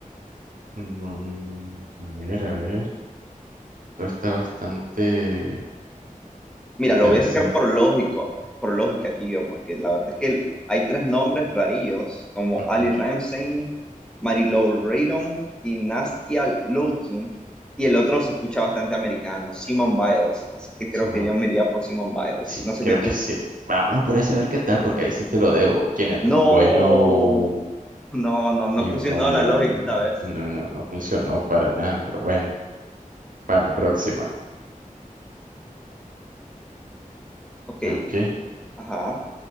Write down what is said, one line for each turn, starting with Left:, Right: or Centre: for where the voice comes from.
Right: Mm, a ver, a ver, esto está bastante
Centre: Mira,
Right: interesante.
Centre: lo voy a sacar por lógico, por lógica aquí yo, porque la verdad es que hay tres nombres rarillos como
Right: Ujú.
Centre: Ali Ramsey, Marilou Reardon y Nastia Lowkin. Y el otro se escucha bastante americano, Simone Biles. Así que creo
Right: sí,
Centre: que yo me iría por Simone Biles.
Right: Sí,
Centre: No sé
Right: creo
Centre: qué tú.
Right: que sí. Vamos por ese a ver qué tal, porque ahí sí te lo debo. ¿Quién es?
Centre: No,
Right: Bueno,
Centre: no, no, no
Right: Limón,
Centre: funcionó la
Right: Limón.
Centre: lógica esta vez.
Right: No, no, no funcionó para nada, pero bueno, para la próxima.
Centre: Ok,
Right: Ok.
Centre: ajá.